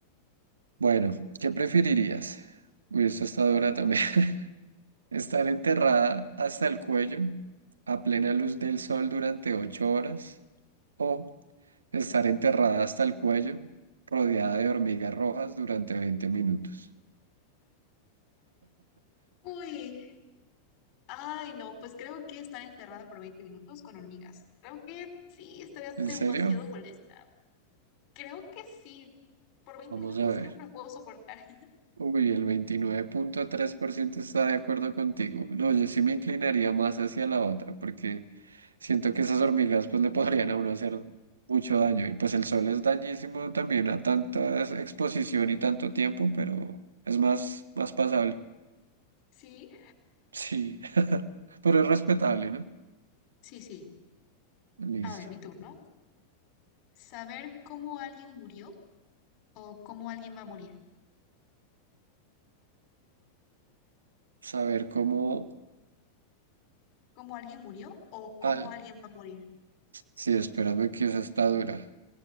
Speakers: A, on the right; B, on the left.
A: Bueno, ¿qué preferirías? Uy, esto está dura también. <laughs> ¿Estar enterrada hasta el cuello a plena luz del sol durante ocho horas? ¿O estar enterrada hasta el cuello rodeada de hormigas rojas durante 20 minutos?
B: Uy, ay, no, pues creo que estar enterrada por 20 minutos con hormigas. Creo que sí, estaría
A: ¿En
B: demasiado
A: serio?
B: molesta. Creo que sí. Por 20
A: Vamos
B: minutos
A: a ver.
B: creo que lo puedo soportar. <laughs>
A: Uy, el veintinueve punto tres por ciento está de acuerdo contigo. No, yo sí me inclinaría más hacia la otra, porque siento que esas hormigas pues le podrían a uno hacer mucho daño. Y pues el sol es dañísimo también a tanta es- exposición y tanto tiempo, pero es más, más pasable.
B: Sí,
A: Sí, <laughs> pero es respetable, ¿no?
B: sí, sí.
A: Listo.
B: A ver, mi turno. Saber cómo alguien murió o cómo alguien va a morir.
A: Saber cómo...
B: ¿Cómo alguien murió o cómo
A: Al...
B: alguien va a morir?
A: Sí, espérame que esa está dura.